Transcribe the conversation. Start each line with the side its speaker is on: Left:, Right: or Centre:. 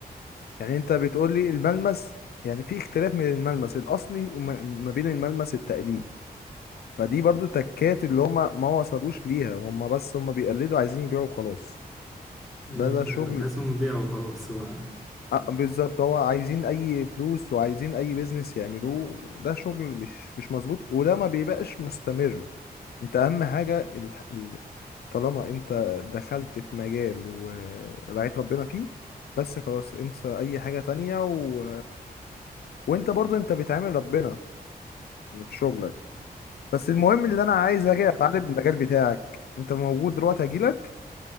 Left: يعني انت بتقول لي الملمس يعني في اختلاف من الملمس الاصلي وما ما بين الملمس التقليد فدي برضو تكات اللي هما ما وصلوش ليها هما بس هما بيقلدوا عايزين يبيعوا وخلاص
Centre: أيوة
Left: ده ده
Centre: فعلا
Left: شغل
Centre: حاسسهم بيعوا خلاص هو <laughs>
Left: آه، بالظبط هو عايزين اي فلوس وعايزين اي بيزنس يعملوه ده شغل مش مش مظبوط وده ما بيبقاش مستمر انت اهم حاجة ال... ال... طالما انت دخلت في مجال ورعيت ربنا فيه بس خلاص انسى اي حاجة تانية و... وانت برضو انت بتعامل ربنا يعني في شغلك بس المهم اللي انا عايز اجي اتعلم المجال بتاعك انت موجود دلوقتي هجيلك